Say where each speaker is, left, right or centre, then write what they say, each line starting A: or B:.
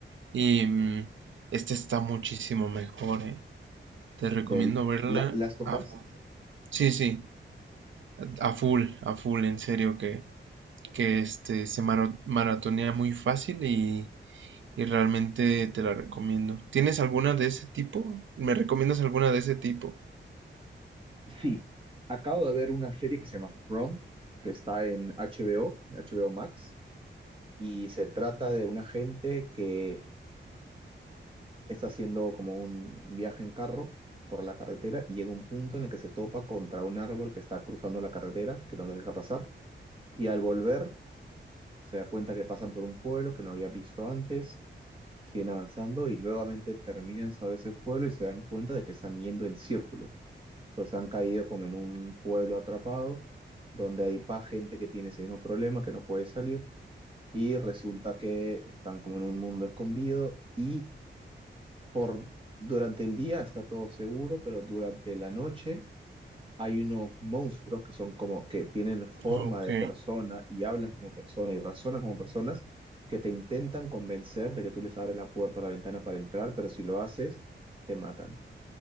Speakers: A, on the right; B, on the right.
A: Y mm, esta está muchísimo mejor, eh. Te recomiendo
B: Del
A: verla
B: la, Last of
A: a,
B: Us,
A: sí, sí, a full, a full, en serio, que, que este se maro- maratonea muy fácil y, y realmente te la recomiendo. ¿Tienes alguna de ese tipo? ¿Me recomiendas alguna de ese tipo?
B: sí, acabo de ver una serie que se llama From, que está en HBO, en HBO Max, y se trata de una gente que está haciendo como un, un viaje en carro por la carretera y llega un punto en el que se topa contra un árbol que está cruzando la carretera, que no lo deja pasar, y al volver se da cuenta que pasan por un pueblo que no había visto antes, siguen avanzando y nuevamente terminan sobre ese pueblo y se dan cuenta de que están yendo en círculos. Entonces han caído como en un pueblo atrapado, donde hay pa gente que tiene ese mismo problema, que no puede salir, y resulta que están como en un mundo escondido y por, durante el día está todo seguro, pero durante la noche hay unos monstruos que son como que tienen forma
A: Ok.
B: de persona y hablan como persona y razonan como personas que te intentan convencer de que tú les abres la puerta o la ventana para entrar, pero si lo haces, te matan.